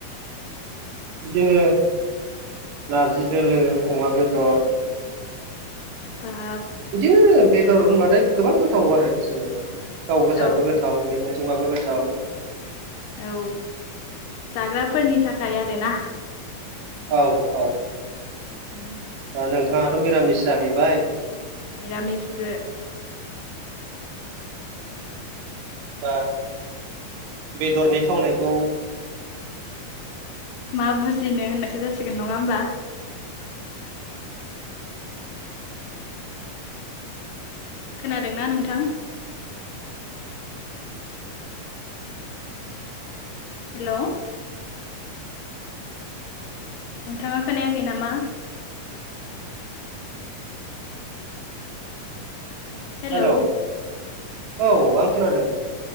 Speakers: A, on the right (about 75°); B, on the left (about 75°).
A: बिदिनो नारजि दोलो अमा बेदर
B: बाब
A: बिदिनो बेदर होनबाथाय गोबां गोथाव आरो जेनिबा। गाव गोजाबो
B: औ
A: गोथाव मैगं जोंबाबो गोथाव।
B: औ जाग्रा फोरनि थाखाय आरो ना।
A: औ औ।
B: उम।
A: दा नोंथाङाथ' निरामिस जाहैबाय।
B: मिरामिसबो
A: बा बेदरनि थावनायखौ
B: मा बुजिनो होननायसो जासिगोन नङा होमबा? खोना दोंना नोंथां? हेल' नोंथाङा खोनायाखै नामा? हेलौ
A: हेल' औ आं खोनादों।